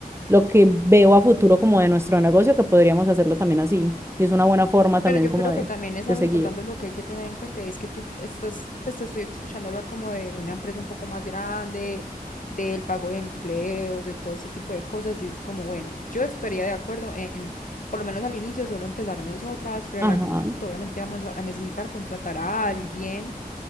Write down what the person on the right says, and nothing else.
lo que veo a futuro como de nuestro negocio, que podríamos hacerlo también así. Y es una buena forma también
como
de,
de
seguir.
Ajá.